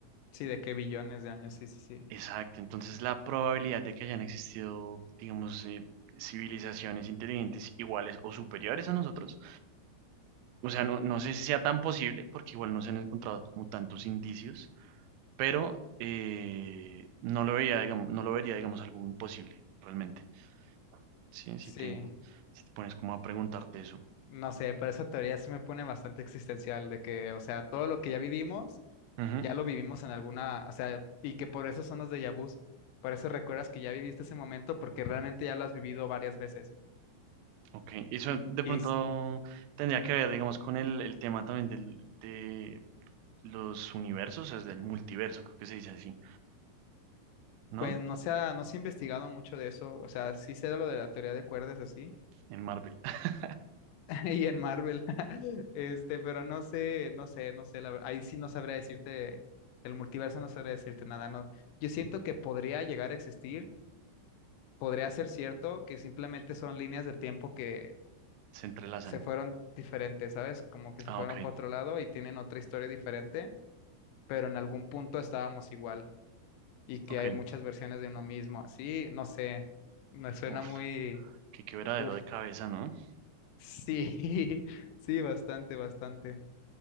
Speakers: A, on the left; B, on the right.
A: sí, de que billones de años, sí, sí, sí,
B: Exacto. Entonces, la probabilidad de que hayan existido, digamos, eh, civilizaciones inteligentes iguales o superiores a nosotros O sea, no, no sé si sea tan posible, porque igual no se han encontrado como tantos indicios, pero eh, no lo veía, digamos, no lo vería, digamos, algo imposible, realmente. Sí,
A: sí.
B: si te, si te pones como a preguntarte eso.
A: No sé, pero esa teoría sí me pone bastante existencial, de que, o sea, todo lo que ya vivimos,
B: Ujú,
A: ya lo vivimos en alguna, o sea, y que por eso son los déjà vus, por eso recuerdas que ya viviste ese momento, porque realmente ya lo has vivido varias veces.
B: ok, eso de
A: Y,
B: pronto
A: s-
B: tendría que ver, digamos, con el, el tema también del, de los universos, es del multiverso, creo que se dice así, ¿no?
A: Pues no se ha, no se ha investigado mucho de eso, o sea, sí sé de lo de la teoría de cuerdas así,
B: En Marvel, <laughs>
A: <laughs> y en Marvel, <laughs> este, pero no sé, no sé, no sé, la ver- ahí sí no sabría decirte, el multiverso no sabría decirte nada, no. Yo siento que podría llegar a existir, podría ser cierto que simplemente son líneas del tiempo que
B: se entrelazan.
A: se fueron diferentes, ¿sabes? Como que se
B: Ah,
A: fueron
B: ok,
A: para otro lado y tienen otra historia diferente, pero en algún punto estábamos igual, y que
B: ok.
A: hay muchas versiones de uno mismo, así, no sé, me suena
B: Uf,
A: muy...
B: qué quebradero
A: Uf,
B: de cabeza, ¿no?
A: Sí, <laughs> sí, bastante, bastante.